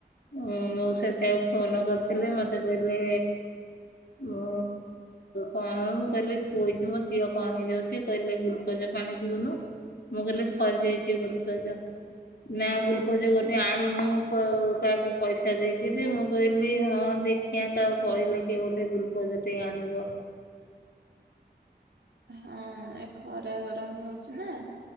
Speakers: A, on the left; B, on the right.
A: ମଉସା ସେଇୟାକୁ ଫୋନ କରିଥିଲେ ମତେ କହିଲେ ମୁ କଣ ମୁଁ କହିଲି ଶୋଇଚି ମୋ ଦିହ କଣ ହେଇଯାଉଚି କହିଲେ ଗୁଲକୋଜ ପାଣି ପିଉନୁ ମୁଁ କହିଲି ସରିଯାଇଚି ଗୁଲକୋଜ। ନା ଗ୍ଲୁକୋଜ ଗୋଟେ ଆଣୁନୁ କୋ କାହାକୁ ପଇସା ଦେଇକିରି ମୁଁ କହିଲି ହଁ ଦେଖିଆ କାହାକୁ କହିଲେ କି ଗୋଟେ ଗ୍ଲୁକୋଜ ଟେ ଆଣିବ।
B: ହଁ ଏ ଖରା ଗରମ ହଉଛି ନା।